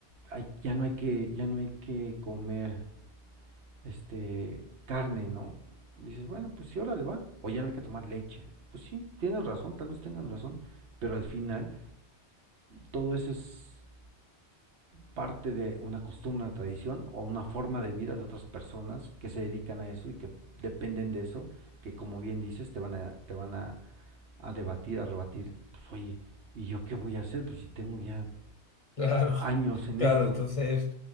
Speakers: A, on the right; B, on the left.
A: ay, ya no hay que, ya no hay que comer. este, carne, ¿no? Dices, bueno, pues sí, ahora le va. O ya no hay que tomar leche. Pues sí, tienen razón, tal vez tengan razón. Pero al final, todo eso es parte de una costumbre, una tradición o una forma de vida de otras personas que se dedican a eso y que dependen de eso, que como bien dices, te van a, te van a, a debatir, a rebatir, pues oye, ¿y yo qué voy a hacer? Pues si tengo ya
B: Claro,
A: años
B: <laughs>
A: en
B: claro,
A: esto,
B: entonces